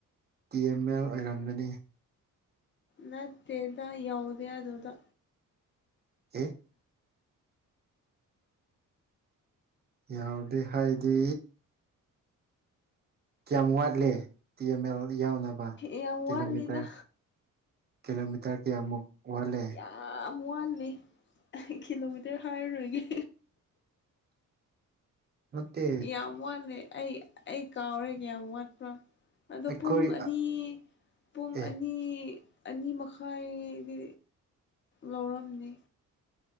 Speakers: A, on the right; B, on the left.
A: ꯇꯤ ꯑꯦꯝ ꯑꯦꯜ ꯑꯣꯏꯔꯝꯒꯅꯤ
B: ꯅꯠꯇꯦꯗ ꯌꯧꯗꯦ ꯑꯗꯨꯗ
A: ꯑꯦ ꯌꯥꯎꯗꯦ ꯍꯥꯏꯗꯤ ꯀꯌꯥꯝ ꯋꯥꯠꯂꯤ ꯇꯤ ꯑꯦꯝ ꯑꯦꯜ ꯌꯥꯎꯅꯕ
B: ꯌꯥꯝ
A: ꯀꯤꯂꯣꯃꯤꯇꯔ
B: ꯋꯥꯠꯂꯤꯗ
A: ꯀꯤꯂꯣꯃꯤꯇꯔ ꯀꯌꯥꯃꯨꯛ ꯋꯥꯠꯂꯦ
B: ꯑꯥꯝ ꯋꯥꯠꯂꯤ ꯀꯤꯂꯣꯃꯤꯇꯔ ꯍꯥꯏꯔꯔꯣꯏꯒꯦ
A: ꯅꯠꯇꯦ
B: ꯌꯥꯝ ꯋꯥꯠꯂꯦ ꯑꯩ ꯑꯩ ꯀꯥꯎꯔꯦ ꯀꯌꯥꯝ ꯋꯥꯠꯄ꯭ꯔꯥ ꯑꯗꯣ
A: ꯑꯩꯈꯣꯏ
B: ꯄꯨꯡ ꯑꯅꯤ ꯄꯨꯡ
A: ꯑꯦ
B: ꯑꯅꯤ ꯑꯅꯤ ꯃꯈꯥꯏꯗꯤ ꯂꯧꯔꯝꯅꯤ